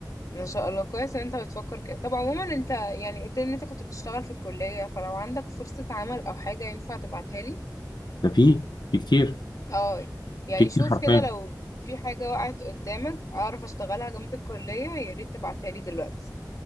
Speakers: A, on the left; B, on the left.
A: ان شاء الله كويس ان انت بتفكر كده طب عموما انت يعني قلت لي ان انت كنت بتشتغل في الكلية فلو عندك فرصة عمل او حاجة ينفع تبعتها لي
B: ده في في كتير
A: اه يعني
B: في كتير
A: شوف
B: حرفيا
A: كده لو في حاجة وقعت قدامك اعرف اشتغلها جنب الكلية يا ريت تبعتها لي دلوقتي